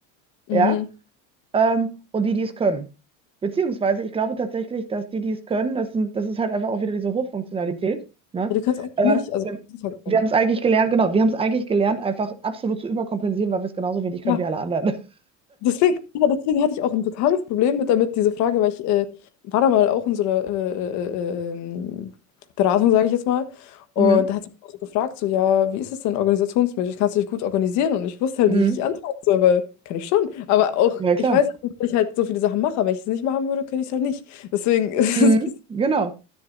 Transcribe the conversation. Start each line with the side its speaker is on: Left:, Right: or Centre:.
Left: Mhm.
Right: ja, ähm, und die, die es können. Beziehungsweise, ich glaube tatsächlich, dass die, die es können, das sind, das ist halt einfach auch wieder diese Hochfunktionalität, ne?
Left: Ja, Du kannst eigentlich
Right: Äh,
Left: nicht, also
Right: wir
Left: das ist halt dann.
Right: wir haben es eigentlich gelernt, genau, wir haben es eigentlich gelernt, einfach absolut zu überkompensieren, weil wir es genauso wenig können
Left: Ja,
Right: wie alle anderen. <laughs>
Left: Deswegen, ja, deswegen hatte ich auch ein totales Problem mit damit, diese Frage, weil ich äh, war da mal auch in so einer äh, äh, äh, äh, ähm, Beratung, sage ich jetzt mal. Und
Right: Mhm.
Left: da hat sie mich auch so gefragt, so, ja, wie ist es denn organisationsmäßig? Kannst du dich gut organisieren? Und ich wusste
Right: Mhm.
Left: halt nicht, wie ich antworten soll, weil kann ich schon. Aber auch,
Right: Ja, klar.
Left: ich weiß, dass ich halt so viele Sachen mache, aber wenn ich es nicht machen würde, könnte ich es halt nicht. Deswegen <laughs> ist
Right: Mhm,
Left: es,
Right: genau.